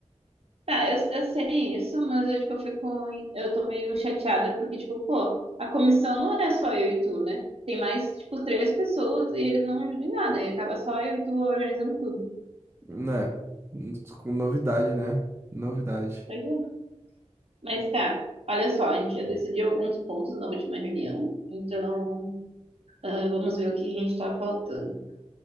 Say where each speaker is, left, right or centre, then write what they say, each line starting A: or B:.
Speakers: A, on the right; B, on the right.
A: tá, eu, eu sei isso, mas eu, tipo, eu fico, eu tô meio chateada porque, tipo, pô, a comissão não é só eu e tu, né? Tem mais, tipo, três pessoas e eles não ajudam em nada, e acaba só eu e tu organizando tudo.
B: Né? Com novidade, né? Novidade.
A: Pois é. Mas tá, olha só, a gente já decidiu alguns pontos na última reunião, então. Ah, Vamos ver o que a gente tá faltando.